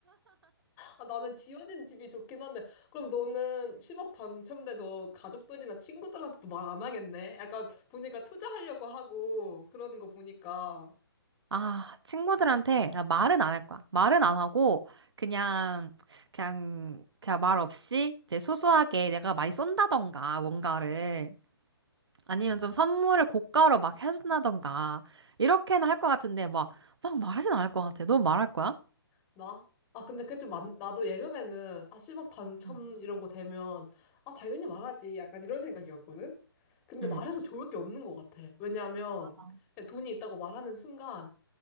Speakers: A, on the left (about 20°); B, on the right (about 85°).
A: 아, 나는 지어진 집이 좋긴 한데, 그럼 너는 10억 당첨돼도 가족들이나 친구들한테도 말 안 하겠네? 약간 보니까 투자하려고 하고 그러는 거 보니까.
B: 아, 친구들한테 나 말은 안 할 거야. 말은 안 하고 그냥 그냥 그냥 말 없이 이제 소소하게 내가 많이 쏜다던가 뭔가를 아니면 좀 선물을 고가로 막 해준다던가 이렇게는 할 것 같은데 막 막 말하진 않을 것 같아. 넌 말할 거야?
A: 나? 아, 근데 그게 좀 많, 나도 예전에는, 아, 10억 당첨
B: 응,
A: 이런 거 되면, 아, 당연히 말하지. 약간 이런 생각이었거든? 근데
B: 응.
A: 말해서 좋을 게 없는 것 같아. 왜냐하면,
B: 맞아.
A: 그냥 돈이 있다고 말하는 순간,